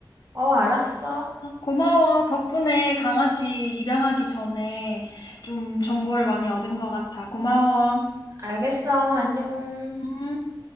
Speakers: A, on the right (about 40°); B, on the left (about 55°).
A: 어, 알았어.
B: 어, 고마워. 덕분에 강아지 입양하기 전에 좀 정보를 많이 얻은 것 같아. 고마워.
A: 알겠어. 안녕.
B: 음.